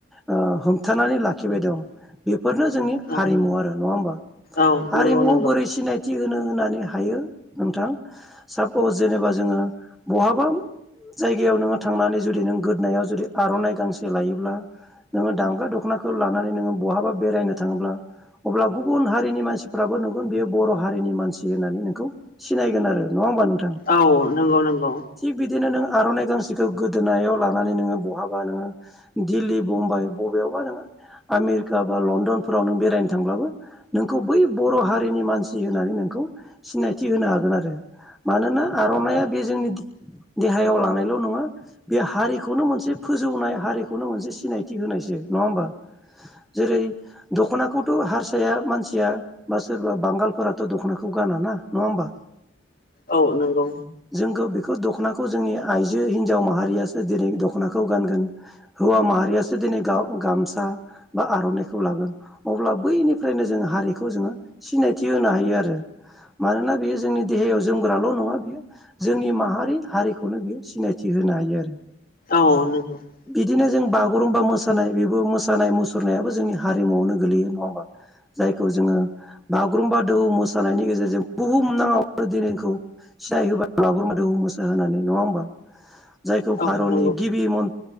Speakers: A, in the centre; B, on the left.
A: ओ हमथानानै लाखिबाय दं। बे बेफोरनो जोंनि
B: औ
A: हारिमु आरो नङा होमबा
B: औ
A: हारिमुआव
B: नंगौ
A: बोरै सिनायथि होनो होननानै हायो नोंथां सापस जेनेबा जोङो बहाबा जायगायाव नोङो थांनानै जुदि नों गोदोनायाव जुदि आर'नाइ गांसे लायो ब्ला नोङो दामग्रा दख'नाखौ लानानै नोङो बहाबा बेरायनो थाङोब्ला अब्ला गुबुन हारिनि मानसिफ्राबो नुगोन बेयो बर' हारिनि मानसि होननानै नोंखौ सिनायगोन आरो। नङा होमबा नोंथां
B: औ नंगौ नंगौ
A: थिग बिदिनो नों आर'नाइ गांसेखौ गोदोनायाव लानानै नोङो बहाबा नोङो दिल्ली बुम्बाइ बबेयावबा नोङो आमेरिका बा लण्डनफोराव नों बेरायनो थांब्लाबो नोंखौ बै बर' हारिनि मानसि होननानै नों खौ सिनायथि होनो हागोन आरो। मानोना आर'नाइया बे जोंनि देहायाव लानायल' नङा बे हारि खौनो मोनसे फोजौनाय हारिखौनो मोनसे सिनायथि होनायसो नङा होमबा। जेरै दख'नाखौथ' हारसाया मानसिया बा सोरबा बांगालफोराथ' दख'नाखौ गाना ना नङा होमबा।
B: औ नोंगौ।
A: जोंखौ बेखौ दख'नाखौ जोंनि आइजो हिनजाव माहारियासो दिनै दख'नाखौ गानगोन। हौवा माहारियासो दिनै गामसा बा आर'नाइखौ लागोन अब्ला बैनिफ्रायनो जों हारिखौ जोङो सिनायथि होनो हायो आरो। मानोना बियो जोंनि देहायाव जोमग्राल' नङा बियो जोंनि माहारि हारिखौनो बियो सिनायथि होयो। होनो हायो आरो।
B: औ नंगौ
A: बिदिनो जों बागुरुम्बा मोसानाय बेबो मोसानाय मुसुरनायाबो जोंनि हारिमुवआवनो गोगलैयो नङा होमबा। जायखौ जोङो बा बागुरुम्बा दोहौ मोसानायनि गेजेरजों बुहुमनाङावनो दिनैखौ सिनायहोबा बागुम्बा दोहौ मोसा होनानै नङा होमबा जायखौ
B: औ
A: भारतनि
B: नंगौ
A: गिबि मन